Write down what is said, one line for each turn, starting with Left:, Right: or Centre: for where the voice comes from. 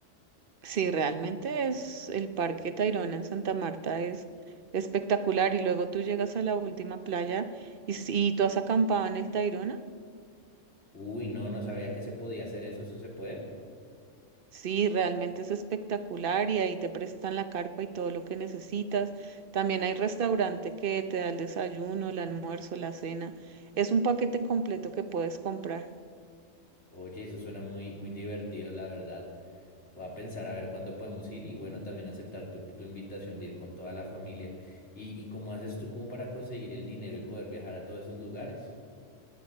Right: Sí, realmente es el Parque Tayrona en Santa Marta es espectacular y luego tú llegas a la última playa y, s- y tú has acampado en el Tayrona.
Left: Uy, no, no sabía que se podía hacer eso, ¿eso se puede?
Right: Sí, realmente es espectacular y ahí te prestan la carpa y todo lo que necesitas. También hay restaurante que te da el desayuno, el almuerzo, la cena. Es un paquete completo que puedes comprar.
Left: Oye, eso suena muy, muy divertido, la verdad. Voy a pensar a ver cuándo podemos ir y bueno, también aceptar tu, tu invitación de ir con toda la familia. ¿Y, y cómo haces tú como para conseguir el dinero y poder viajar a todos esos lugares?